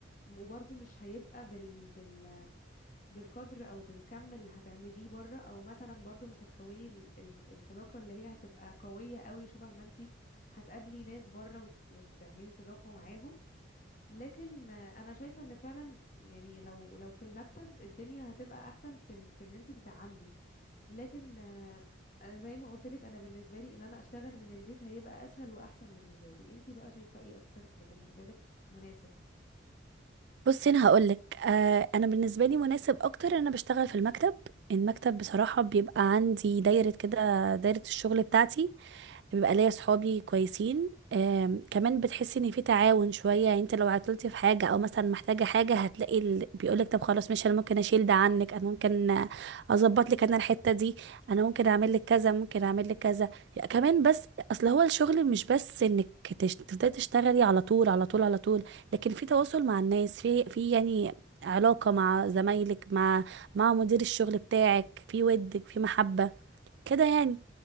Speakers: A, on the left (about 40°); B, on the right (about 60°).
A: وبرضه مش هيبقى بال... بال... بالقدر او بالكم اللي هتعمليه بره او مثلا برضو مش هتكوني ال ال الصداقة اللي هي هتبقى قوية قوي شبه ما انتي هتقابلي ناس بره وت وتعملي صداقة معاهم لكن آه، انا شايفة ان فعلا يعني لو لو في المكتب الدنيا هتبقى احسن في ان في ان انتي تتعاملي لكن آه، أنا زي ما قلت لك انا بالنسبة لي ان انا اشتغل من البيت هيبقى اسهل واحسن بالنسبة لي انتي بقى شايفة ايه اكتر بالنسبة لك مناسب
B: بصي انا هقولك آه انا بالنسبه لي مناسب اكتر ان انا بشتغل في المكتب المكتب بصراحه بيبقى عندي دايره كده دايره الشغل بتاعتي بيبقى ليا صحابي كويسين آم، كمان بتحس ان في تعاون شويه يعني انت لو عطلتي في حاجه او مثلا محتاجه حاجه هتلاقي ال... بيقولك طب خلاص مش انا ممكن اشيل ده عنك انا ممكن اظبط لك انا الحته دي انا ممكن اعمل لك كذا ممكن اعمل لك كذا يعني كمان بس اصل هو الشغل مش بس انك تش... تبداي تشتغلي على طول على طول على طول لكن في تواصل مع الناس في في يعني علاقه مع زمايلك مع مع مدير الشغل بتاعك في ودك في محبه كده يعني